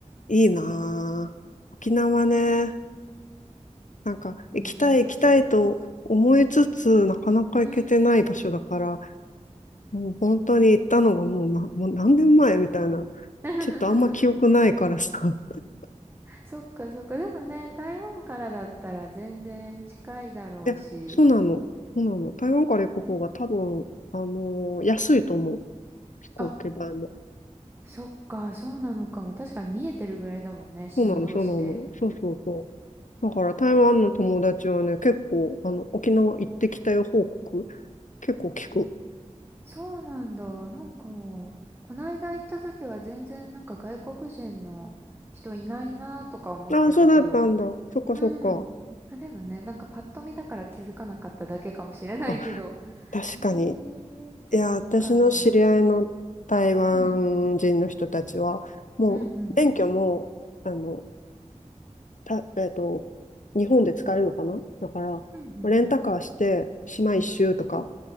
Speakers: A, on the left (about 85°); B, on the right (about 20°).
A: いいなぁ。沖縄ね、
B: そう、
A: なんか行きたい行きたいと思いつつ、
B: リゾート地だから。
A: なかなか行けてない場所だから、
B: うん。
A: もう本当に行ったのがもうな、もう何年前みたいな。
B: <laughs>
A: ちょっとあんま記憶ないからさ。<laughs>
B: そっかそっか。でもね、台湾からだったら全然近いだろうし。
A: いや、そうなの。そうなの。台湾から行く方が多分、
B: ね
A: あのー安いと思う。飛行機代も。
B: あ、そっか、そうなのかも。確かに見えてるぐらいだもんね、島同士で。
A: そうなの、そうなの。そうそうそう。だから台湾の友達はね、結構、あの、沖縄行ってきたよ報告、結構聞く。
B: そうなんだ。なんか、こないだ行った時は全然なんか外国人の人いないなとか思ってたけど、
A: あ、そうだったんだ。そっかそっか。
B: うん。あ、でもね、なんかパッと見だから気づかなかっただけかもしれないけど。
A: あ、
B: <laughs>
A: 確かに。
B: へえ、そっか。
A: いや、私の知り合いの台湾人の人たちは、
B: うん、
A: もう、
B: うん、うん。
A: 免許も、あの、た、えっと、日本で使えるのかなだから、
B: うん、うん、うん。
A: レンタカーして、島一周とか、
B: え、